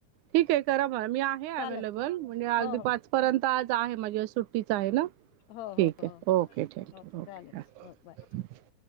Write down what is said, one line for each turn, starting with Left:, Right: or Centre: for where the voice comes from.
Right: ठीक आहे करा मग. मी आहे
Left: चालेल
Right: अवेलेबल म्हणजे अगदी
Left: हो हो
Right: पाच परंत आज आहे म्हणजे सुट्टीच आहे ना.
Left: हो
Right: ठीक
Left: हो
Right: आहे.
Left: हो
Right: ओके. थँक्यू.
Left: हो चालेल
Right: ओके हा.
Left: हो बाय